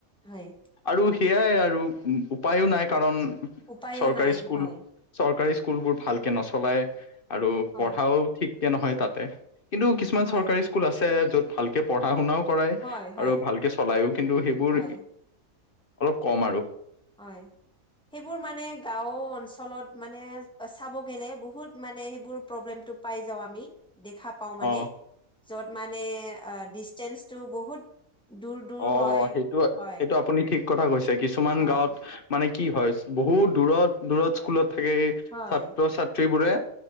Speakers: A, in the centre; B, on the left.
A: হয়।
B: আৰু সেইয়াই আৰু উপায়ো নাই কাৰণ,
A: উপায়ো
B: চৰকাৰী
A: নাই
B: স্কুল
A: হয়,
B: চৰকাৰী স্কুলবোৰ ভালকে নচলাই, আৰু
A: হয়,
B: পঢ়াও ঠিককে নহয় তাতে, কিন্তু কিছুমান
A: হয়,
B: চৰকাৰী স্কুল আছে য'ত ভালকৈ পঢ়া শুনাও কৰাই
A: হয়, হয়,
B: আৰু ভালকে চলাইও কিন্তু, সেইবোৰ
A: হয়,
B: অলপ কম আৰু।
A: হয়। সেইবোৰ মানে গাঁও অঞ্চলত মানে চাব গেলে বহুত মানে সেইবোৰ প্ৰব্লেমটো পাই যাওঁ আমি, দেখা পাওঁ মানে,
B: অ
A: য'ত মানে ডিচটেন্সটো বহুত দূৰ দূৰ
B: অ',
A: হয়,
B: সেইটো
A: হয়,
B: সেইটো আপুনি ঠিক কথা কৈছে। কিছুমান
A: অ',
B: গাঁৱত মানে কি হয়, বহুত দূৰত দূৰত স্কুলত থাকে।
A: হয়,
B: ছাত্ৰ-ছাত্ৰী বোৰে